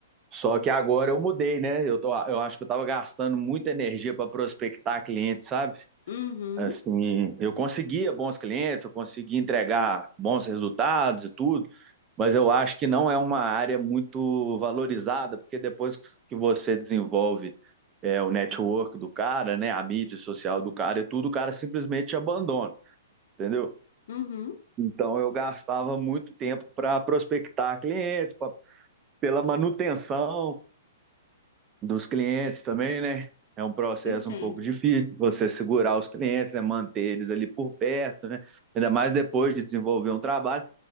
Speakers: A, on the right (about 25°); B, on the left (about 60°).
A: Só que agora eu mudei, né? Eu tô, eu acho que eu estava gastando muita energia para prospectar clientes, sabe?
B: uhum,
A: Assim, eu conseguia bons clientes, eu conseguia entregar bons resultados e tudo, mas eu acho que não é uma área muito valorizada, porque depois que você desenvolve é, o network do cara, né, a mídia social do cara e tudo, o cara simplesmente te abandona, entendeu?
B: uhum.
A: Então eu gastava muito tempo para prospectar clientes, pra, pela manutenção dos clientes também, né? É um processo
B: Entendo.
A: um pouco difícil você segurar os clientes, né? Manter eles ali por perto, né? Ainda mais depois de desenvolver um trabalho.